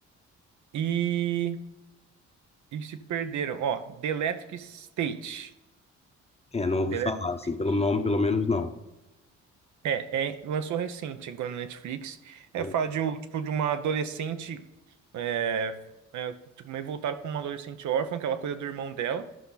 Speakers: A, on the right; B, on the left.
A: E, e se perderam. Ó, The Electric State.
B: É, não ouvi
A: The Electric
B: falar,
A: State.
B: assim, pelo nome, pelo menos não.
A: É, é, lançou recente agora na Netflix. É,
B: Falei,
A: fala de, um- tipo, de uma adolescente. É, é, tipo, meio voltado com uma adolescente órfã, que ela cuida do irmão dela.